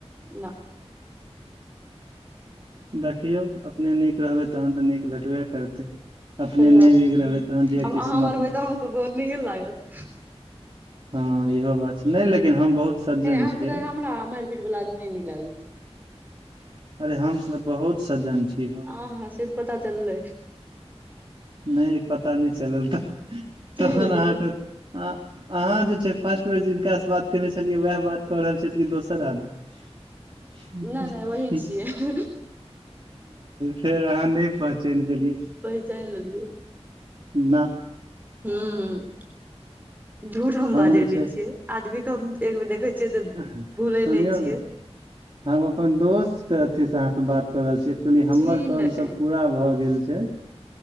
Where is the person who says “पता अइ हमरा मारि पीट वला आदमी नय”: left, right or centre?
Right